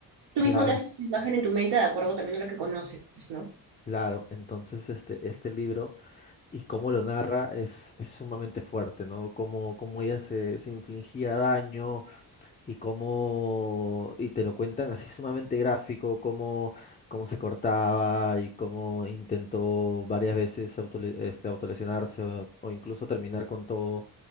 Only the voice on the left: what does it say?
Claro,
claro. Entonces, este, este libro y cómo lo narra es, es sumamente fuerte, ¿no? Cómo, cómo ella se, se infligía daño y cómo, y te lo cuentan así sumamente gráfico, cómo, cómo se cortaba y cómo intentó varias veces autole- este, autolesionarse o, o incluso terminar con todo.